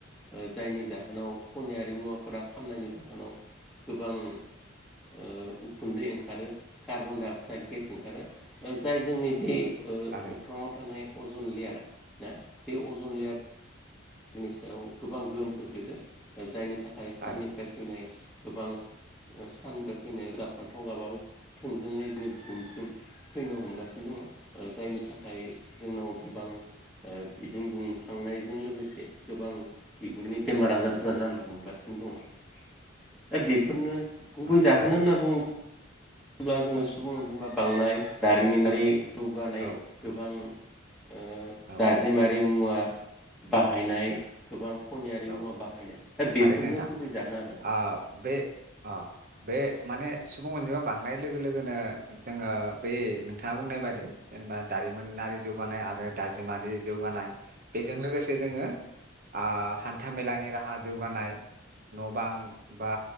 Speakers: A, in the centre; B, on the right (about 50°).
A: ओ जायनि जाहोनाव खनिारि मुवाफोरा खामनायनि जाहोनाव गोबां ओ उखुन्दै ओंखारो कार्बन डाइअक्साइद गेस ओंखारो। ओ जाय जोंनि बे ओ
B: थारैनो
A: अख्राङाव थानाय अजन लेयार ना बे अजन लेयार बिनि सायाव गोबां गोहोम खोख्लैदो। ओ जायनि थाखाय साननिफ्राय
B: थारैनो
A: फैनाय गोबां साननिफाय फैनाय गाब फान्थाव गाबाबो थोंजोङै जोंनिथिं फैनो हमगासिनो दङ'। ओ जायनि थाखाय जोंनाव गोबां ओ बिदुं दुंखांनायजों लोगोसे से गोबां बिगुरनि बेमार आजारफोरा जानो हमगासिनो दङ'। दा बेफोरनो गुबै
B: औ
A: जाहोन
B: थारैनो
A: होनना बुं होनब्ला जोङो सुबुं अनजिमा बांनाय दारिमिनारि जौगानाय
B: औ
A: गोबां ओ
B: औ
A: दाजे मारि मुवा बाहायनाय गोबां खनियारि
B: औ
A: मुवा बाहायनाय दा बेफोरनो
B: थारैनो नोंथां
A: गुबै जाहोन आरो
B: आ‌ बे आ बे माने सुबुं अनजिमा बांनाय लोगो लोगोनो जोंङो बै नोंथांङा बुंनाय बाददि जेनेबा दारिमिनारि जौगानाय आरो दाजिमारि जौगानाय बेजों लोगोसे जोंङो आह हान्था मेलानि राहा जौगानाय न' बां बा